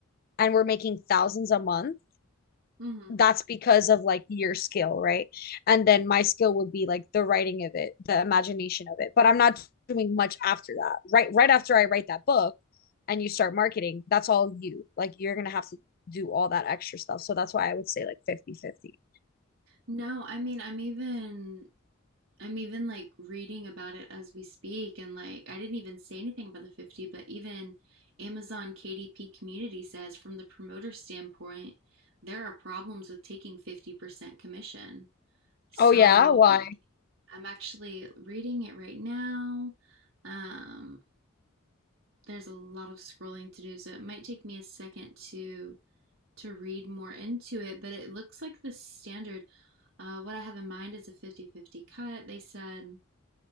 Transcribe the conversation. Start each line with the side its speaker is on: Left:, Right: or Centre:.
Left: and we're making thousands a month,
Right: Mm-hmm.
Left: that's because of like your skill, right? And then my skill would be like the writing of it, the imagination of it. But I'm not doing much after that. Right right after I write that book and you start marketing, that's all you. Like you're going to have to do all that extra stuff. So that's why I would say like fifty-fifty.
Right: No, I mean, I'm even I'm even like reading about it as we speak, and like I didn't even say anything about the 50, but even Amazon KDP community says from the promoter standpoint, there are problems with taking 50% commission. So
Left: Oh yeah, why?
Right: i I'm actually reading it right now. Um, there's a lot of scrolling to do, so it might take me a second to to read more into it, but it looks like the standard. Uh, what I have in mind is a fifty-fifty cut. They said